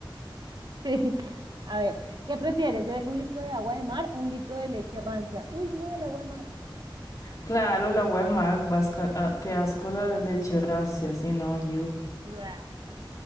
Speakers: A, on the right; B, on the left.
A: Sí. A ver, ¿qué prefieres? ¿Beber un litro de agua de mar o un litro de leche rancia? Uy, no, el agua de mar.
B: Claro, la Weimar, vasca- ah, qué asco la leche rancia, sí, no, you.
A: Blah.